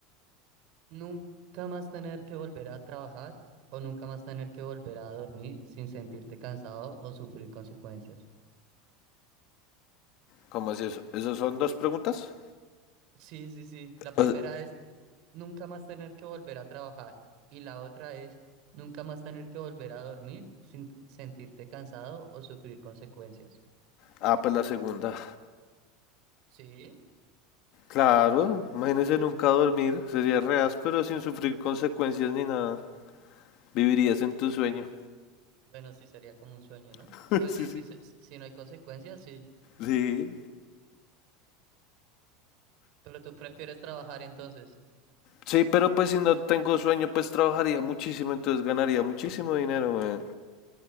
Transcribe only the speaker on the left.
¿Cómo es eso? ¿Esas son dos preguntas?
O
Ah, pues la segunda.
Claro, imagínese nunca dormir, sería reas, pero sin sufrir consecuencias ni nada. Vivirías en tu sueño.
<laughs>
Sí,
sí.
Sí.
Sí, pero pues si no tengo sueño, pues trabajaría muchísimo, entonces ganaría muchísimo dinero, güey.